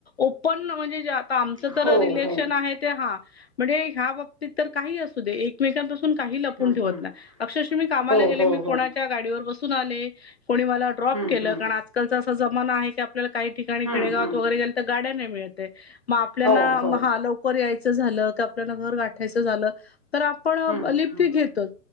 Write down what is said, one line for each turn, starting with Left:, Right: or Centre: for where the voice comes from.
Left: ओपन म्हणजे आता आमच
Right: हो,
Left: तर रिलेशन
Right: हो.
Left: आहे ते हा म्हणजे ह्या बाबतीत तर काही असू दे एकमेकांपासून काही लपून
Right: हं,
Left: ठेवत
Right: हं.
Left: ना अक्षरश मी कामाला
Right: हो, हो. हं, हं. हो,
Left: गेले
Right: हो,
Left: मी कोणाच्या
Right: हो.
Left: गाडीवर बसून आले. कोणी मला ड्रॉप
Right: हं,
Left: केलं
Right: हं.
Left: कारण आजकालचा असा जमाना आहे आपल्याला काही ठिकाणी
Right: हं,
Left: खेडेगावात
Right: हं.
Left: वगैरे गेले तर गाड्या मिळतय मग आपल्या
Right: हो, हो.
Left: हा लवकर यायचं झालं क आपल्या घर गाठायचं झालं. तर आपण
Right: हं,
Left: लिप्टी
Right: हं.
Left: घेतो.